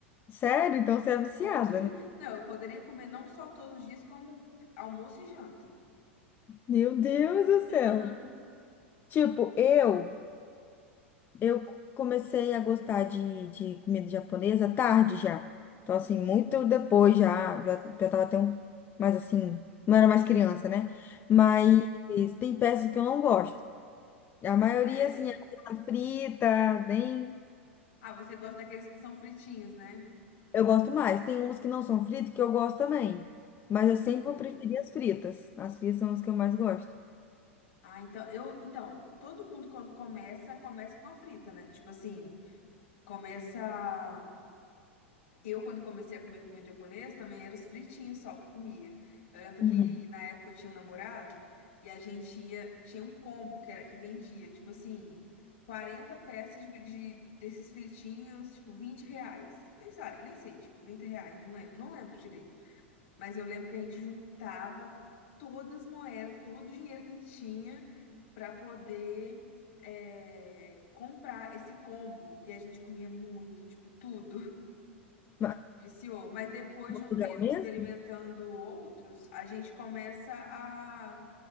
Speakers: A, on the left; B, on the left.
A: sério? Então você é viciada,
B: Todos, os-
A: né?
B: não, eu poderia comer não só todos os dias, como almoço e janta.
A: Meu Deus do
B: <laughs>
A: céu. Tipo, eu Eu comecei a gostar de, de comida japonesa tarde já. Então, assim, muito depois já, já, já tava até um, mais assim, não era mais criança, né? Mas tem peças que eu não gosto. A maioria,
B: Ah, é?
A: assim, é aquela frita, bem.
B: Ah, você gosta daqueles que são fritinhos, né?
A: Eu gosto mais. Tem umas que não são fritas que eu gosto também. Mas eu sempre
B: Ok.
A: vou preferir as fritas. As fritas são as que eu mais gosto.
B: Ah, então eu, então, todo mundo quando começa, começa com a frita, né? Tipo assim, começa Eu, quando comecei a comer comida japonesa, também eram os fritinhos só que eu comia. Eu lembro
A: Uhum.
B: que na época eu tinha um namorado e a gente ia, tinha um combo que era que vendia, tipo assim, 40 peças de, de- desses fritinhos, tipo 20 reais. Nem sei, nem sei, tipo 30 reais, não lembro, não lembro direito. Mas eu lembro que a gente juntava todas as moedas, todo o dinheiro que a gente tinha para poder é, comprar esse combo. E a gente comia muito, tipo, tudo.
A: Mas,
B: Viciou. Mas depois de um
A: lugar
B: tempo
A: mesmo?
B: experimentando outros, a gente começa a,